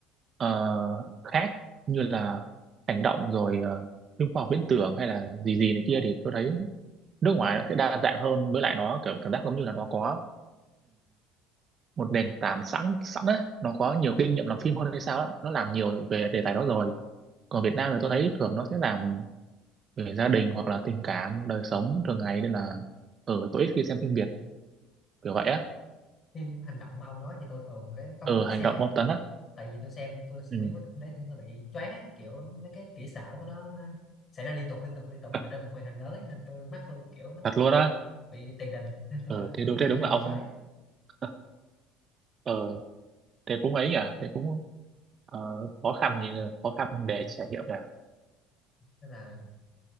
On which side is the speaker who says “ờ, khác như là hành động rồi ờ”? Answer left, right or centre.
Right